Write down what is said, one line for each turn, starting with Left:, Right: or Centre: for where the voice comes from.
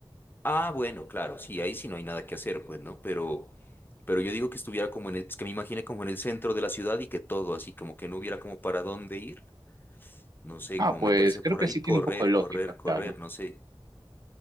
Left: Ah, bueno, claro, sí, ahí sí no hay nada que hacer, pues, ¿no? Pero, pero yo digo que estuviera como en el, es que me imaginé como en el centro de la ciudad y que todo, así como que no hubiera como para dónde ir. no sé,
Right: Ah,
Left: como
Right: pues
Left: meterse
Right: creo
Left: por
Right: que
Left: ahí,
Right: sí
Left: correr,
Right: tiene un poco de lógica,
Left: correr, correr,
Right: claro.
Left: no sé.